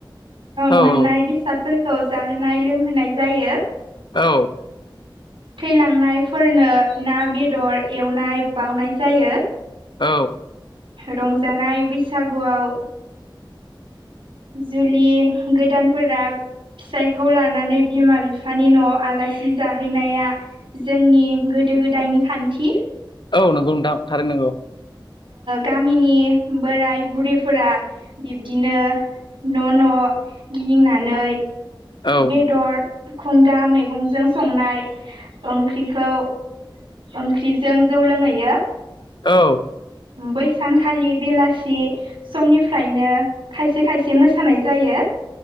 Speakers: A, on the left; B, on the right.
A: औ
B: मोननाय बेसादफोरखौ जाहोनाय लोंहोनाय जायो।
A: औ।
B: थैलांनायफोरनो ना बेदर एवनाय बाउनाय जायो।
A: औ।
B: रंजानाय बैसागुआव जुलि गोदानफोरा। फिसायखौ लानानै बिमा बिफानि न'आव आलासि जाहैनाया। जोंनि गोदो-गोदायनि खान्थि
A: औ नंगौ नोंथां। थारैनो नंगौ
B: गामिनि बोराय बुरैफोरा बिब्दिनो। न' न' गिदिंनानै
A: औ
B: बेदर खुंगा मैगंजों संनाय ओंख्रिखौ ओंख्रिजों जौ लोंहैयो।
A: औ।
B: बैसानखालि बेलासि समनिफ्रायनो खायसे खायसे मोसानाय जायो।